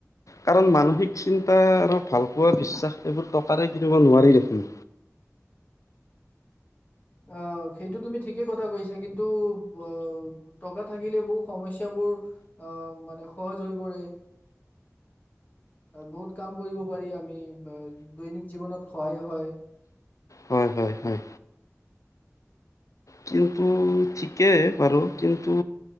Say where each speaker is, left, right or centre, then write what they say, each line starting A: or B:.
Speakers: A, on the left; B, on the left.
A: কাৰণ মানসিক চিন্তা আৰু ভালপোৱা, বিশ্বাস এইবোৰ টকাৰে কিনিব নোৱাৰি দেখোন।
B: অ' সেইটো তুমি ঠিকে কথা কৈছা, কিন্তু ব টকা থাকিলে বহু সমস্যাবোৰ, আ মানে সহজ হৈ পৰে। বহুত কাম কৰিব পাৰি আমি, দৈনিক জীৱনত সহায় হয়।
A: হয় হয়, হয়। কিন্তু ঠিকেই বাৰু, কিন্তু